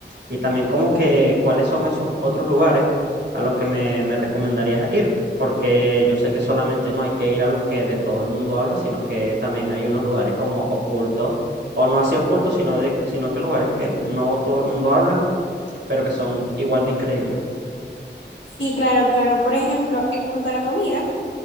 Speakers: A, on the right; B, on the left.
A: Y también como que cuáles son esos otros lugares a los que me, me recomendarías ir, porque yo sé que solamente no hay que ir a los que de todo el mundo habla, sino que también hay unos lugares como ocultos, o no así ocultos, sino de, sino que lugares que no todo el mundo habla, pero que son igual de increíbles.
B: Sí, claro, claro. Por ejemplo, en cuanto a la comida.